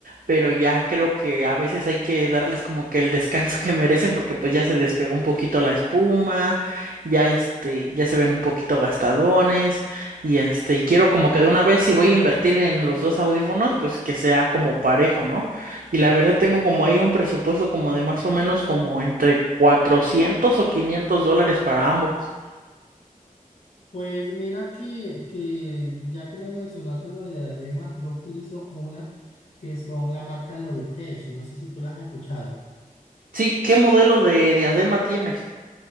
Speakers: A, on the right; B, on the left.
A: pero ya creo que a veces hay que darles como que el descanso <laughs> que merecen porque pues ya se despegó un poquito la espuma, ya este, ya se ven un poquito gastadones. Y este, y quiero como que de una vez si voy a invertir en los dos audífonos, pues que sea como parejo, ¿no? Y la verdad tengo como ahí un presupuesto como de más o menos como entre 400 o 500 dólares para ambos.
B: Pues mira que, que ya que me mencionaste lo de diadema, yo utilizo una que son la marca Logitech. No sé si tú las has escuchado.
A: Sí, ¿qué modelo de diadema tienes?